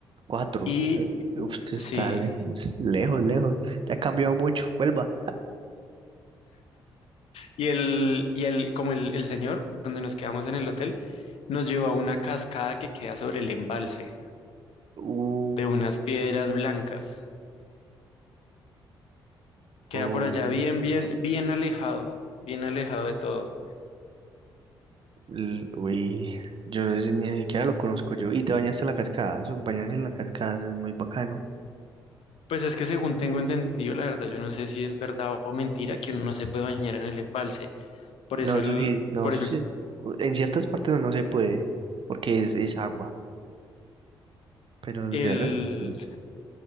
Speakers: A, on the right; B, on the left.
A: Cuatro.
B: y
A: Eh, Usted
B: sí,
A: está le- es lejos, lejos. Ya ha cambiado mucho. Vuelva.
B: Y el, y el, como el, el señor, donde nos quedamos en el hotel, nos llevó a una cascada que queda sobre el embalse
A: Uh,
B: de unas piedras blancas. Queda
A: oh,
B: por allá bien, bien, bien alejado, bien alejado de todo.
A: l- uy, yo no sé- ni siquiera lo conozco yo. Y te bañaste en la cascada. Eso, bañarse en la cascada eso es muy bacano.
B: Pues es que según tengo entendido, la verdad, yo no sé si es verdad o mentira que uno no se puede bañar en el embalse. Por
A: No,
B: eso el,
A: eso sí, no,
B: por
A: eso
B: eso
A: sí.
B: el,
A: u- En ciertas partes no no se puede, porque es, es agua. Pero
B: el,
A: de resto, sí.